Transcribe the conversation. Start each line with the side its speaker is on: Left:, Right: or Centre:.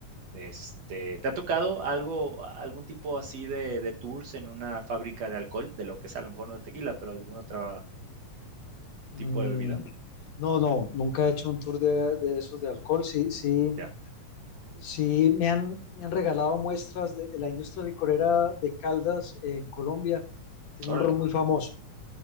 Right: este, ¿te ha tocado algo algún tipo así de de tours en una fábrica de alcohol? De lo que sea, a lo mejor no de tequila, pero algún otro
Left: Mm,
Right: tipo de bebida.
Left: no, no, nunca he hecho un tour de, de esos de alcohol. Sí, sí,
Right: Ya,
Left: Sí, me han, me han regalado muestras de la industria licorera de Caldas eh, en Colombia. Tiene
Right: órale.
Left: un ron muy famoso